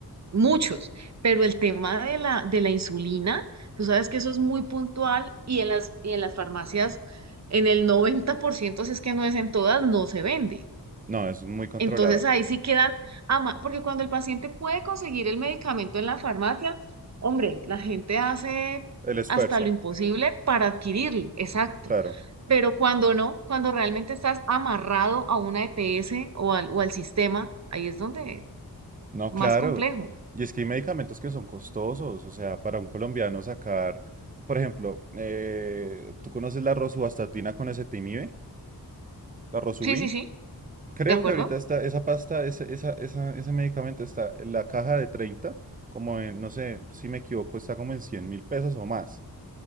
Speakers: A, on the right (about 45°); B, on the right (about 20°).
A: muchos, pero el tema de la, de la insulina, tú sabes que eso es muy puntual y en las, y en las farmacias, en el 90% si es que no es en todas, no se vende.
B: no, es muy controlado.
A: Entonces ahí sí quedan, ama- porque cuando el paciente puede conseguir el medicamento en la farmacia, hombre, la gente hace
B: El esfuerzo,
A: hasta lo imposible para adquirirlo, exacto.
B: claro.
A: Pero cuando no, cuando realmente estás amarrado a una EPS o al, o al sistema, ahí es donde
B: No,
A: más
B: claro.
A: complejo.
B: Y es que hay medicamentos que son costosos. O sea, para un colombiano sacar, por ejemplo, eh, ¿tú conoces la rosuvastatina con ezetimibe? La Rosuvin.
A: Sí, sí, sí,
B: Creo
A: ¿de acuerdo?
B: que ahorita está esa pasta, ese, esa, esa- ese medicamento está en la caja de 30 como en, no sé si me equivoco, está como en cien mil pesos o más.